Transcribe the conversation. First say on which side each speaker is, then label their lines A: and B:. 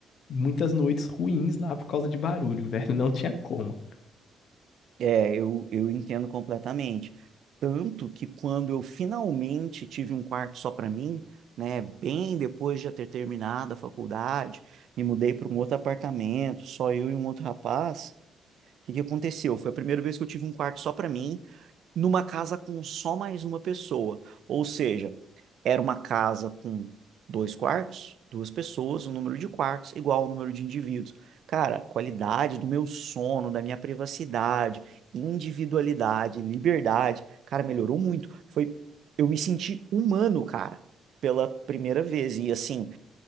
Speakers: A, on the left; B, on the right.
A: muitas noites ruins lá por causa de barulho, <laughs> velho. Não tinha como.
B: É, eu, eu entendo completamente. Tanto que quando eu finalmente tive um quarto só para mim, né, bem depois de já ter terminado a faculdade, me mudei para um outro apartamento, só eu e um outro rapaz. O que que aconteceu? Foi a primeira vez que eu tive um quarto só para mim. numa casa com só mais uma pessoa. Ou seja, era uma casa com dois quartos, duas pessoas, o número de quartos igual ao número de indivíduos. Cara, qualidade do meu sono, da minha privacidade, individualidade, liberdade, cara, melhorou muito. Foi, eu me senti humano, cara, pela primeira vez. E assim,